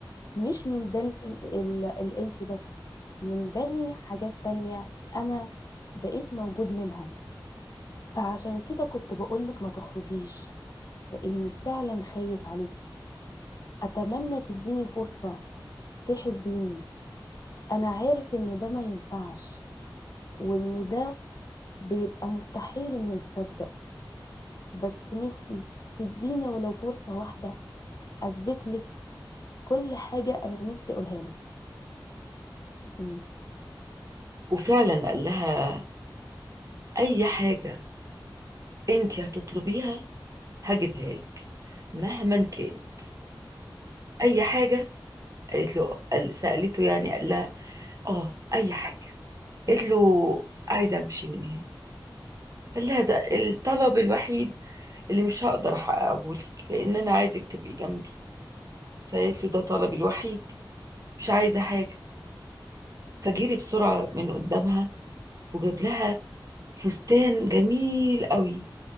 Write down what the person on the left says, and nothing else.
مش من بني ال- ال- الإنس بس من بني حاجات تانية أنا بقيت موجود منهم فعشان كده كنت بقولك ما تخرجيش لأني فعلا خايف عليكي أتمنى تديني فرصة تحبيني أنا عارف إن ده ما ينفعش وإن ده بيبقى مستحيل إنه يتصدق بس نفسي تديني ولو فرصة واحدة أثبت لك كل حاجة أنا نفسي أقولها لك أمم.